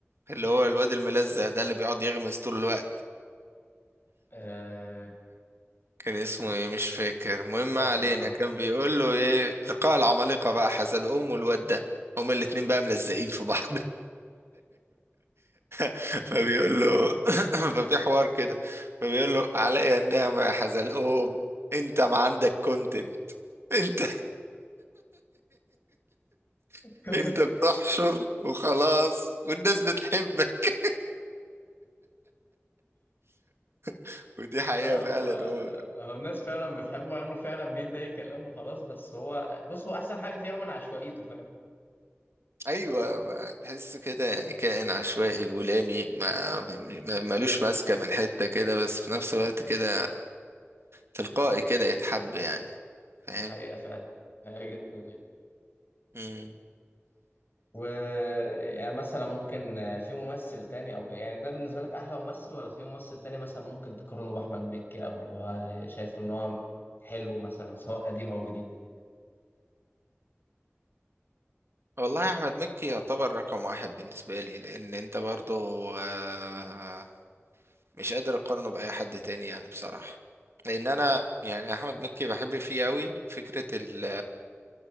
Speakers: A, on the right; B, on the left.
A: اللي هو الواد الملزق ده اللي بيقعد يغمز طول الوقت
B: آه،
A: كان اسمه ايه مش فاكر المهم
B: مش فاكر
A: ما علينا
B: بصراحة
A: كان بيقول له ايه لقاء العمالقة بقى حزلقوم والواد ده هما الاتنين بقى ملزقين في بعض <laughs> فبيقول له <coughs> <laughs> ففي حوار كده فبيقول له علي النعمة يا حزلقوم انت ما عندك كونتنت انت
B: <laughs>
A: <laughs> انت بتحشر وخلاص والناس بتحبك <laughs> ودي حقيقة
B: لا هو
A: فعلا هو
B: هو الناس فعلا بتحبه مع انه فعلا بيدي اي كلام وخلاص بس هو بص هو احسن حاجه فيه عموما عشوائيته فاهم
A: ايوه ما تحس كده يعني كائن عشوائي هلامي ما ما- ملوش ماسكة من حتة كده بس في نفس الوقت كده تلقائي كده يتحب يعني فاهم
B: دي حقيقه فعلا حقيقة جدا يعني
A: مم.
B: و يعني مثلا ممكن في ممثل تاني او كده يعني ده بالنسبه لك احلى ممثل ولا في ممثل تاني مثلا ممكن تقارنه باحمد مكي او اللي هو شايف ان هو حلو مثلا سواء قديم او جديد
A: والله يا احمد مكي يعتبر رقم واحد بالنسبه لي لان انت برضو آه، مش قادر اقارنه باي حد تاني يعني بصراحه لان انا يعني احمد مكي بحب فيه قوي فكره ال